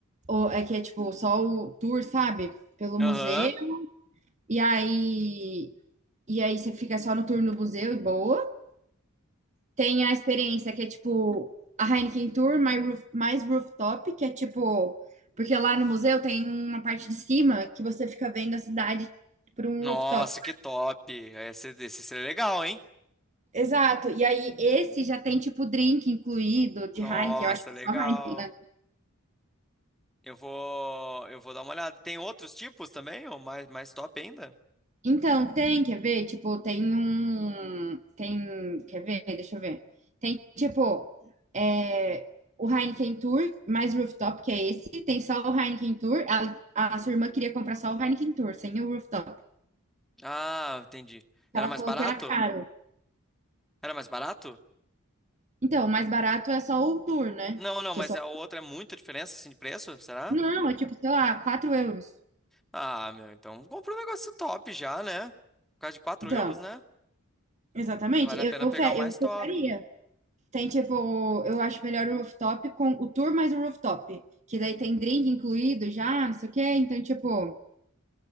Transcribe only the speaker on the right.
ou é que é, tipo, só o tour, sabe? Pelo museu.
E aí, e aí você fica só no tour no museu e boa. Tem a experiência que é, tipo, a Heineken Tour mais, roof, mais rooftop, que é, tipo... Porque lá no museu tem uma parte de cima que você fica vendo a cidade por um
rooftop.
Exato. E aí, esse já tem, tipo, drink incluído de
Heineken. Eu acho que
é só Heineken, né?
Então, tem, quer ver? Tipo, tem um. Tem. Quer ver? Deixa eu ver. Tem, tipo, é, o Heineken Tour, mais rooftop, que é esse. Tem só o Heineken Tour. Ela- A, sua irmã queria comprar só o Heineken Tour, sem o rooftop.
Ela
falou
que era caro.
Então, o mais barato é só o Tour, né?
Que
é só.
Não, é tipo, sei lá, 4 euros.
Então,
exatamente.
Eu,
eu
fe-
eu
fecharia. Tem tipo, eu acho melhor o rooftop com o tour mais o rooftop. Que daí tem drink incluído já, não sei o quê. Então, tipo,